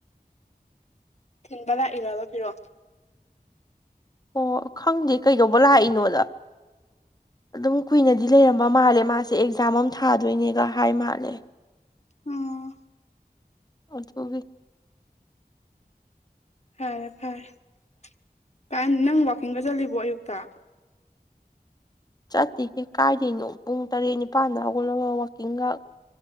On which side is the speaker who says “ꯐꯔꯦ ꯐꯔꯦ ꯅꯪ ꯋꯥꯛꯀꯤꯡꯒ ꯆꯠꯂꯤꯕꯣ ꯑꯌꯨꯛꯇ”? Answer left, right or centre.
Left